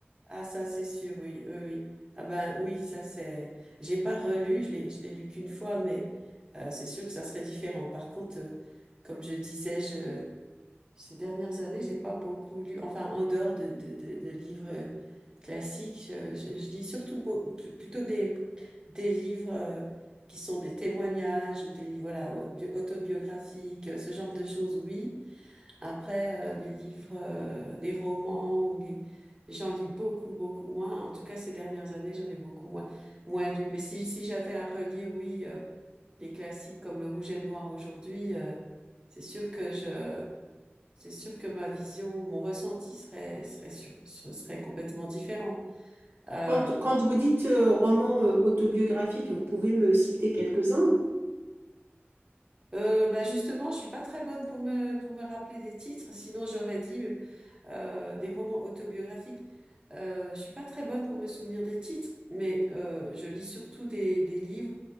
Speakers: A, on the right (about 20°); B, on the right (about 60°).
A: Ah, ça, c'est sûr, oui, oui, oui. Ah ben, oui, ça, c'est, j'ai pas relu, je l'ai, je l'ai lu qu'une fois, mais euh, c'est sûr que ça serait différent. Par contre, euh, comme je disais, je Ces dernières années, j'ai pas beaucoup lu, enfin, en dehors de, de, de, de livres classiques, je, je- je lis surtout beau- pl- plutôt des, des livres euh, qui sont des témoignages ou des livres, voilà, au- bio- autobiographiques, euh, ce genre de choses, oui. Après, euh, les livres, euh, des romans ou les, j'en lis beaucoup, beaucoup moins. En tout cas, ces dernières années, j'en ai beaucoup moins, moins lu. Mais si, si j'avais à relire, oui, euh, des classiques comme Le Rouge et le Noir aujourd'hui, euh, c'est sûr que je c'est sûr que ma vision, mon ressenti serait serait sur- ce serait complètement différent. Euh,
B: Quand, quand vous dites euh, roman euh, autobiographique, vous pouvez me citer quelques-uns.
A: euh, bah justement, je suis pas très bonne pour me pour me rappeler des titres, sinon j'aurais dit mais, euh, des romans autobiographiques. Euh, je suis pas très bonne pour me souvenir des titres, mais euh, je lis surtout des des livres